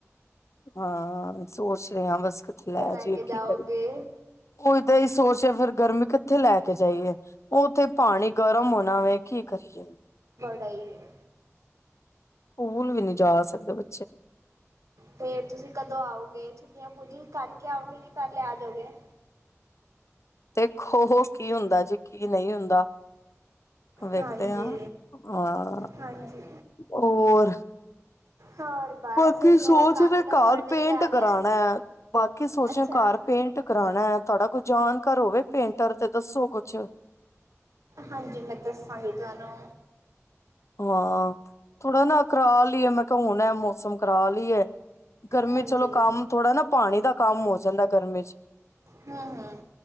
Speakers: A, on the left (about 65°); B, on the right (about 75°).
A: ਹਾਂ ਸੋਚ ਰਹੇ ਹਾਂ ਬਸ ਕਿੱਥੇ ਲੈ
B: ਰਹਿ
A: ਜਾਈਏ
B: ਕੇ
A: ਕੀ
B: ਜਾਓਗੇ
A: ਕਰੀਏ ਉਹ ਦੇ ਹੀ ਸੋਚ ਫਿਰ ਗਰਮੀ ਕਿੱਥੇ ਲੈ ਕੇ ਜਾਈਏ ਉਹ ਉੱਥੇ ਪਾਣੀ ਗਰਮ ਹੋਣਾ ਵੇ ਕੀ ਕਰੀਏ
B: ਸਈ ਏ
A: ਪੂਲ ਵੀ ਨਹੀਂ ਜਾ ਸਕਦੇ ਬਚੇ
B: ਫੇਰ ਤੁਸੀਂ ਕਦੋਂ ਆਓਗੇ ਛੁੱਟੀਆਂ ਪੂਰੀ ਕਰਕੇ ਆਓਗੇ ਕੇ ਪਹਿਲੇ ਆ ਜਾਓਗੇ
A: ਦੇਖੋ ਕੀ ਹੁੰਦਾ ਜੀ ਕੀ ਨਹੀਂ ਹੁੰਦਾ ਵੇਖਦੇ
B: ਹਾਂਜੀ
A: ਹਾਂ ਹਾਅ
B: ਹਾਂਜੀ
A: ਹੋਰ
B: ਹੋਰ ਬਸ
A: ਬਾਕੀ ਸੋਚ
B: ਹੋਰ ਕਾਕੇ
A: ਨੇ
B: ਦਾ
A: ਘਰ
B: ਬਰਡੇ
A: ਪੇਂਟ
B: ਵੀ ਆ ਰਿਹਾ
A: ਕਰਾਉਣਾ ਹੈ ਬਾਕੀ ਸੋਚ
B: ਅੱਛਾ
A: ਘਰ ਪੇਂਟ ਕਰਾਉਣਾ ਹੈ ਤੁਹਾਡਾ ਕੋਈ ਜਾਣਕਾਰ ਹੋਵੇ ਪੇਂਟ ਰ ਤੇ ਦੱਸੋ ਕੁਛ
B: ਹਾਂਜੀ ਮੈਂ ਦੱਸਾਂਗੀ ਤੁਹਾਨੂੰ
A: ਹਾਂ ਥੋੜਾ ਨਾ ਕਰਾ ਲਈਏ ਮੈਂ ਕਿਹਾ ਹੁਣ ਹੈ ਮੌਸਮ ਕਰਾ ਲਈਏ ਗਰਮੀ
B: ਹਾਂਜੀ
A: ਚਲੋ ਕੰਮ ਥੋੜਾ ਨਾ ਪਾਣੀ ਦਾ ਕੰਮ ਹੋ ਜਾਂਦਾ ਗਰਮੀ ਚ
B: ਹੂੰ-ਹੂੰ,